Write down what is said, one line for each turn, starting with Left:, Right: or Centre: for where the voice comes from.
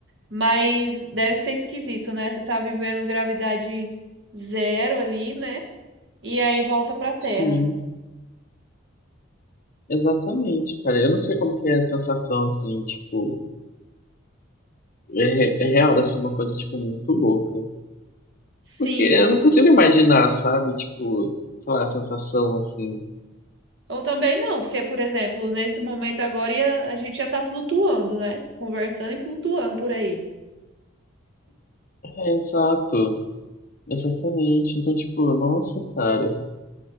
Right: mas deve ser esquisito, né? Você tá vivendo gravidade zero ali, né? E aí volta pra Terra.
Left: Sim. Exatamente, cara. Eu não sei como que é a sensação, assim, tipo, é, re- é real, deve ser uma coisa, tipo, muito louca.
Right: Sim.
Left: Porque eu não consigo imaginar, sabe? Tipo, sei lá, a sensação, assim.
Right: Ou também não, porque, por exemplo, nesse momento agora ia- a gente já tá flutuando, né? Conversando e flutuando por aí.
Left: É, exato, exatamente. Então, tipo, nossa, cara.